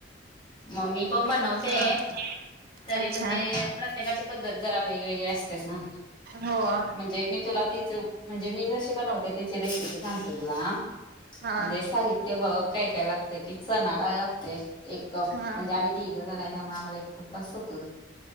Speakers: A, on the left; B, on the right.
A: म मी पण बनवते.
B: हा
A: तरी
B: अच्छा
A: म्हणजे, प्रत्येकाची पद्धत जरा वेगवेगळी असतेच ना.
B: हो हा
A: म्हणजे मी तुला तेच म्हणजे मी जशी बनवते त्याची रेसिपी सांगते तुला हा.
B: हा
A: म्हणजे साहित्य साहित्य बघ काय काय लागतंय, कि चणा डाळ लागते एक कप,
B: हा
A: म्हणजे आम्ही तिघे जण आहेत, त्यामुळे आम्हाला एक कप बास होत.